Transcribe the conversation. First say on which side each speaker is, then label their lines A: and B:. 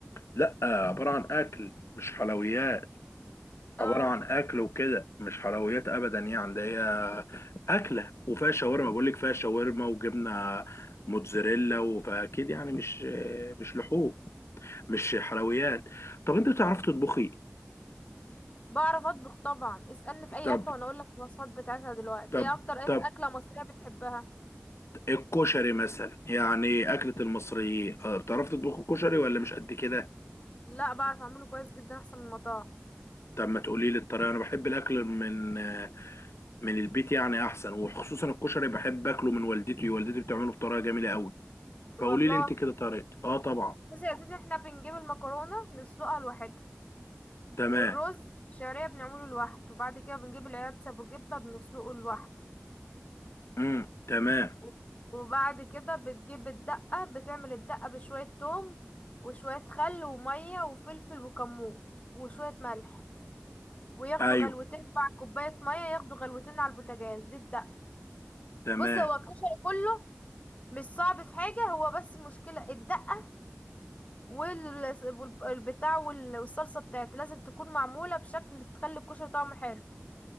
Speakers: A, on the left (about 70°); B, on the left (about 30°).
A: لا عباره عن اكل مش حلويات
B: اه
A: عباره عن اكل وكده مش حلويات ابدا يعني ده هي اكله وفيها شاورما بقول لك فيها شاورما وجبنه موتزاريلا فاكيد يعني مش مش لحوم مش حلويات طب انت بتعرف تطبخي
B: بعرف اطبخ طبعا اسألني في اي
A: طب
B: اكلة وانا اقول لك الوصفات بتاعتها دلوقتي
A: طب
B: ايه اكتر
A: طب
B: أك- اكلة مصرية بتحبها
A: الكشري مثلا يعني أكلة المصريين آه، بتعرف تطبخ الكشري ولا مش قد كده؟
B: لا بعرف اعمله كويس جدا احسن من المطاعم
A: طب ما تقولي لي الطريقة أنا بحب الأكل من من البيت يعني احسن وخصوصا الكشري بحب اكله من والدتي والدتي بتعمله بطريقه جميله قوي فقولي
B: والله
A: لي انت كده طريقتي اه طبعا
B: بصي يا سيدي احنا بنجيب المكرونة نسلقها لوحدها
A: تمام
B: والرز الشعرية بنعمله لوحده وبعد كده بنجيب العدس ابو جبة بنسلقه لوحده
A: امم تمام
B: و- وبعد كده بتجيب الدقة بتعمل الدقة بشوية توم وشوية خل ومية وفلفل وكمون وشوية ملح وياخدوا
A: ايوه
B: غلوتين مع كوباية مية ياخدوا غلوتين على البوتاجاز دي الدقة
A: تمام
B: بص هو الكشري كله مش صعب في حاجة هو بس المشكلة الدقة وال- والبتاع وال- والصلصة بتاعت لازم تكون معمولة بشكل تخلي الكشري طعمه حلو